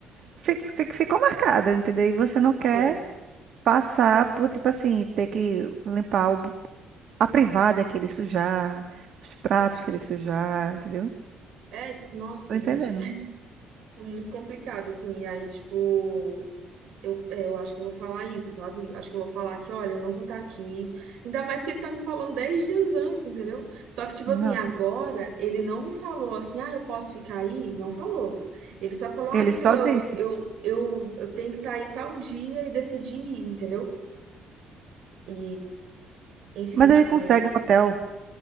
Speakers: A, on the right (about 60°); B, on the right (about 75°).
A: fi- fi- ficou marcada, entendeu? E você não
B: Ficou.
A: quer passar por, tipo assim, ter que limpar o- a privada que ele sujar, os pratos que ele sujar, entendeu?
B: É, nossa,
A: Tô entendendo.
B: gente. <laughs> muito complicado, assim, e aí, tipo, eu, é, eu acho que eu vou falar isso, sabe? Acho que eu vou falar que, olha, eu não vou estar aqui. Ainda mais que ele tá me falando 10 dias antes, entendeu? Só que, tipo
A: Nossa.
B: assim, agora, ele não me falou assim, ah, eu posso ficar aí? Não falou. Ele só falou, ah,
A: Ele
B: então
A: só disse.
B: eu, eu, eu, eu tenho que estar aí tal dia e decidir, ir, entendeu? E, enfim,
A: Mas
B: tipo,
A: ele consegue um hotel.